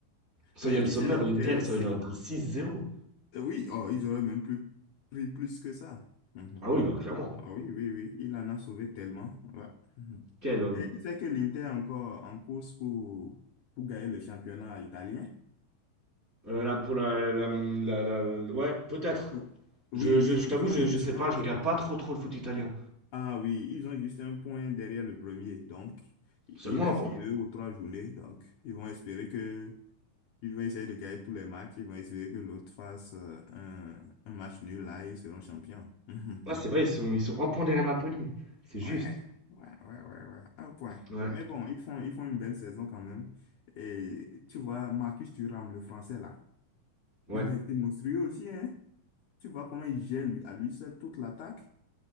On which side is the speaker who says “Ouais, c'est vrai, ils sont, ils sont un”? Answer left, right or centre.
Right